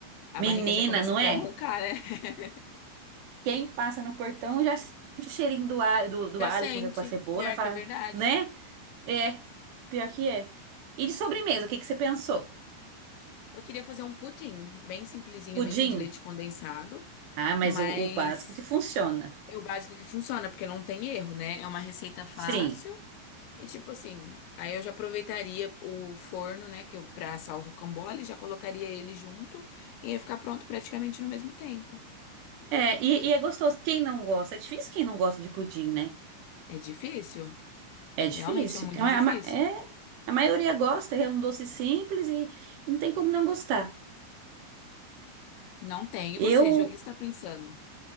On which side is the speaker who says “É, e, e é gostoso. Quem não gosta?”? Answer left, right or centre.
Right